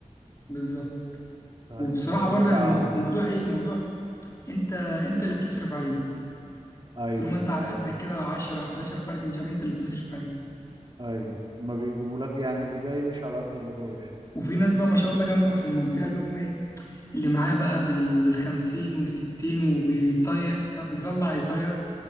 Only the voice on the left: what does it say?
بالظبط
وبصراحة
برضك
المو- الموضوع ايه الموضوع انت انت اللي بتصرف عليه
طول ما انت على
قدك كده 10 11 فرد مش عارف انت اللي بتصرف عليه
وفي ناس بقى ما شاء الله جنبك في المنطقة اللي هم ايه اللي معاه بقى بال بالخمسين والستين وبيطير يطلع يطير